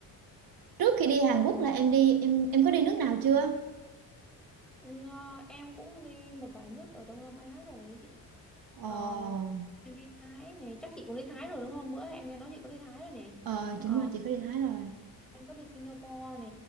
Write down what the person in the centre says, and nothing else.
Ừ, ờ, em cũng đi một vài nước ở Đông Nam Á rồi ấy chị.
Ờ, em đi Thái này, chắc chị cũng đi Thái rồi đúng không? Bữa em nghe nói chị có đi Thái rồi nè.
Ờ,
Em có đi Singapore nè,